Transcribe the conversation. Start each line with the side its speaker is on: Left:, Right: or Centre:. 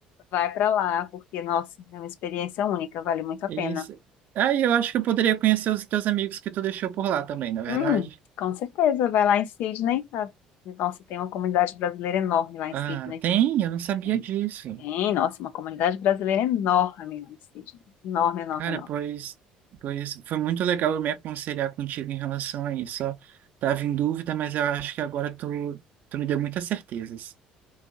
Left: vai pra lá, porque, nossa, é uma experiência única, vale muito a
Right: Isso.
Left: pena.
Right: Aí eu acho que eu poderia conhecer os teus amigos que tu deixou por lá também, na verdade.
Left: Hum, com certeza, vai lá em Sydney, tá? Nossa, tem uma comunidade brasileira enorme lá em
Right: Ah,
Left: Sydney.
Right: tem? Eu não sabia
Left: Tem,
Right: disso.
Left: tem, nossa, uma comunidade brasileira enorme lá em Sydney. Enorme, enorme,
Right: Cara,
Left: enorme.
Right: pois, pois foi muito legal eu me aconselhar contigo em relação a isso. Ó, tava em dúvida, mas eu acho que agora tu, tu me deu muitas certezas.